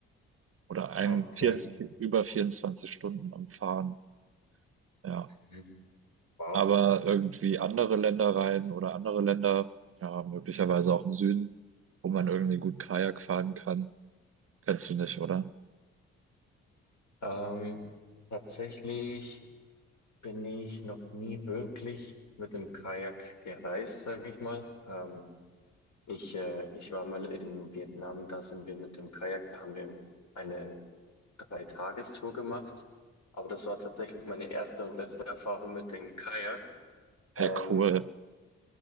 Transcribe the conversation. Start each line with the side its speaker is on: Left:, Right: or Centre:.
Right: oder ein
Left: Ah, Okay.
Right: 24, über 24 Stunden am Fahren. Ja,
Left: Mhm. Wow.
Right: aber irgendwie andere Länder rein oder andere Länder, ja, möglicherweise auch im Süden, wo man irgendwie gut Kajak fahren kann, kennst du nicht, oder?
Left: Ähm, tatsächlich bin ich noch nie wirklich mit dem Kajak gereist, sage ich mal. Ähm, Ich, äh, ich war mal in Vietnam, da sind wir mit dem Kajak, da haben wir eine Dreitagestour gemacht. Aber das war tatsächlich meine erste und letzte Erfahrung mit dem Kajak. Ähm,
Right: Hey, cool.